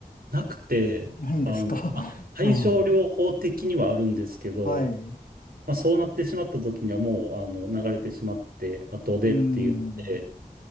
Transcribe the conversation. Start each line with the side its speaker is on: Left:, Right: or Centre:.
Right: なくて、
Left: ないんですか
Right: あの
Left: <laughs>
Right: 対症療法的にはあるんですけど、
Left: うんはい。
Right: まあ、そうなってしまった時にはもうあの流れてしまって後でっていうので、
Left: うん。